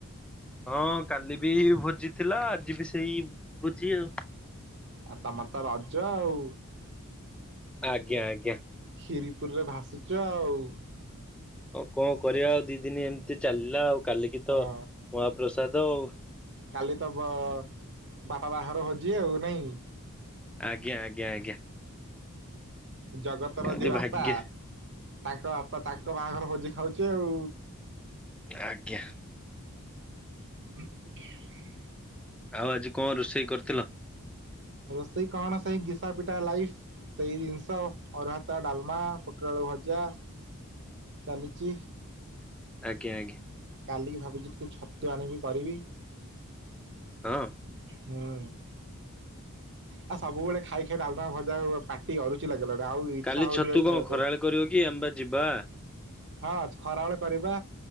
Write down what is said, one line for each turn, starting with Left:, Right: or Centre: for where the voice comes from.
Centre: ହଁ କାଲି ବି ଭୋଜି ଥିଲା ଆଜି ବି ସେଇ ଭୋଜି ଆଉ।
Right: ଆଉ ତମର ତ ରଜ ଆଉ।
Centre: ଆଜ୍ଞା ଆଜ୍ଞା।
Right: କ୍ଷୀରି ପୁରୀ ରେ ଭାସୁଚ ଆଉ।
Centre: ହ କଣ କରିବା ଆଉ ଦି ଦିନ ଏମିତି ଚାଲିଲା ଆଉ କାଲିକି ତ
Right: ହଁ
Centre: ମହାପ୍ରସାଦ ଉ।
Right: କାଲି ତବ ଵାପା ବାହାଘର ଭୋଜି ଆଉ ନାଇଁ।
Centre: ଆଜ୍ଞା ଆଜ୍ଞା ଆଜ୍ଞା।
Right: ଜଗତ
Centre: କାଲି
Right: ର ଯିଏ ବାପା।
Centre: ଭାଗ୍ୟ
Right: ତାଙ୍କ ବାପା ତାଙ୍କ ବାହାଘର ଭୋଜି ଖାଉଚେ ଆଉ।
Centre: ଆଜ୍ଞା।
Right: <unintelligible>
Centre: ଆଉ ଆଜି କଣ ରୋଷେଇ କରିଥିଲ?
Right: ରୋଷେଇ କଣ ସେଇ ଘିସା ପିଟା ଲାଇଫି। ସେଇ ଜିନିଷ ଅରୁଆ ଭାତ ଡାଲମା ପୋଟଳ ଆଳୁ ଭଜା। ଚାଲିଚି।
Centre: ଆଜ୍ଞା ଆଜ୍ଞା।
Right: କାଲିକି ଭାବୁଛି ଟିକେ ଛତୁ ଆଣିବି କରିବି।
Centre: ହଁ
Right: ହୁଁ ଆଉ ସବୁବେଳେ ଖାଇ ଖାଇ ଡାଲମା ଭଜା ପା ଟି ଅରୁଚି ଲାଗିଗଲା ଆଉ ଇଚ୍ଛା
Centre: କାଲି
Right: ହଉନି
Centre: ଛତୁ କଣ
Right: ଖାଇବା
Centre: ଖରାବେଳେ
Right: ପାଇଁ।
Centre: କରିବ କିଏ ଆମେପା ଯିବା।
Right: ହଁ ଖରାବେଳେ କରିବା